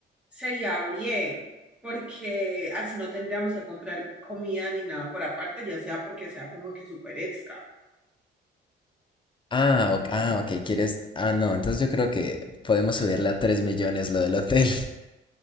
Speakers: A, in the centre; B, on the left.
A: Sería bien, porque así no tendríamos que comprar comida ni nada por aparte, ya sea porque sea como que súper extra,
B: Ah, ok,
A: ¿entiendes?
B: ah, ok, ¿quieres? Ah, no, entonces yo creo que podemos subirle a tres millones lo del hotel. <laughs>